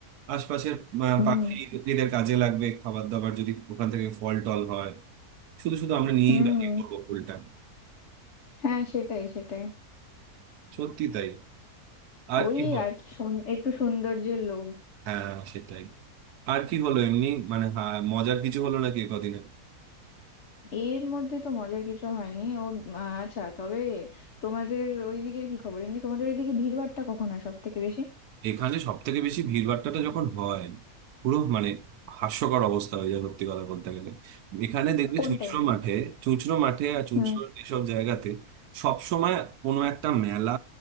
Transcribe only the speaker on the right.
আশপাশের আহ,
পাখি এদের কাজে লাগবে খাবার দাবার যদি ওখান থেকে ফল টল হয় শুধু শুধু আমরা নিয়েই
বা কি করবো ফুলটা
সত্যি তাই আর
কি হলো
হ্যাঁ সেটাই আর কি হলো এমনি মানে হ্যাঁ, মজার কিছু হলো নাকি কদিনে
এখানে সব থেকে বেশি ভিড়ভাট্টাটা যখন হয় পুরো মানে হাস্যকর অবস্থা হয়ে যায় সত্যি কথা বলতে গেলে এখানে দেখবে
চুঁচড়ো
মাঠে চুঁচড়ো মাঠে আর চুঁচড়ো
এসব জায়গাতে সব সময় কোনো একটা মেলা